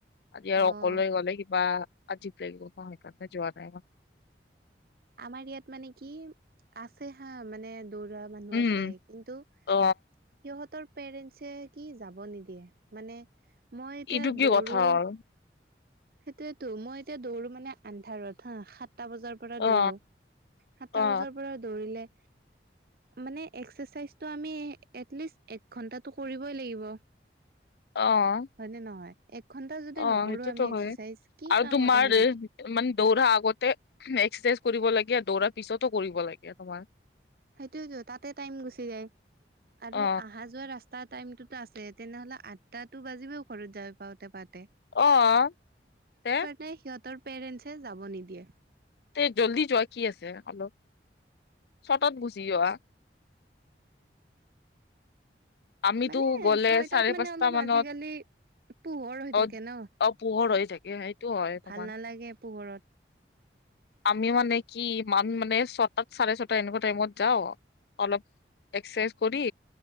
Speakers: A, on the left; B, on the right.
A: আজি আৰু
B: অ
A: অকলে গ'লে কিবা, আজিব লাগিব ন, সেইকাৰণে যোৱা নাই মই।
B: আমাৰ ইয়াত মানে কি, আছে হা মানে দৌৰত মানুহ
A: উম
B: আছে কিন্তু সিহঁতৰ
A: অ
B: পেৰেণ্টছে কি যাব নিদিয়ে। মানে মই এতিয়া
A: এইটো কি
B: দৌৰো
A: কথা হ'ল
B: সেইটোয়েতো। মই এতিয়া দৌৰো মানে আন্ধাৰত হা, সাতটা বজাৰ পৰা
A: অ
B: দৌৰো, সাতটা
A: অ
B: বজাৰ পৰা দৌৰিলে মানে এক্সাৰচাইজটো আমি এটলিষ্ট এক ঘন্টাটো কৰিবই লাগিব। <inaudible>
A: অ',
B: হয়নে নহয়? এক ঘণ্টা যদি
A: অ
B: নকৰোঁ
A: সেইটোতো
B: আমি এক্সাৰচাইজ
A: হয়
B: কি
A: আৰু
B: কামত
A: তোমাৰ
B: আহিল
A: মানে দৌৰাৰ আগতে এক্সাৰচাইজ কৰিব লাগে, দৌৰাৰ পিছতো কৰিব লাগে তোমাৰ।
B: সেইটোয়েতো, তাতে টাইম গুচি যায় আৰু
A: অ
B: আহা যোৱা ৰাস্তা টা টাইমটোতো আছে, তেনেহ'লে আঠটাটো বাজিবই ঘৰত যাই পাওঁতে-পাওঁতে।
A: অ', তে?
B: নাই, সিহঁতৰ পেৰেণ্টছে যাব নিদিয়ে।
A: তে যল্দি যোৱা কি আছে অলপ, চটত গুচি যোৱা। আমিতো
B: মানে
A: গ'লে
B: ছয়টাত
A: চাৰে
B: মানে
A: পাঁচটা
B: অলপ
A: মানত
B: আজিকালি পোহৰ হৈ
A: অ
B: থাকে ন,
A: অ পোহৰ হৈ থাকে সেইটো হয় তোমাৰ
B: ভাল নালাগে পোহৰত। <inaudible>
A: আমি মানে কি ইমান মানে ছটাত, চাৰে ছটা এনেকুৱা টাইমত যাওঁ, অলপ এক্সাৰচাইজ কৰি